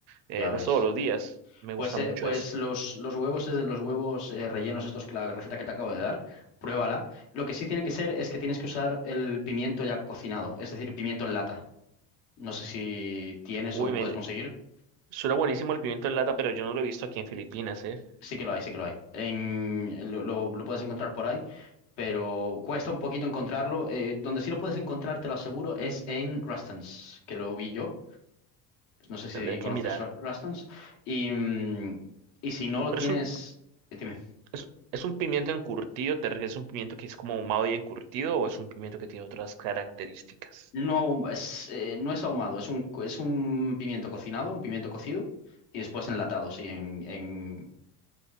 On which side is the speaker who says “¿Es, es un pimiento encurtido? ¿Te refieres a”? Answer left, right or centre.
Right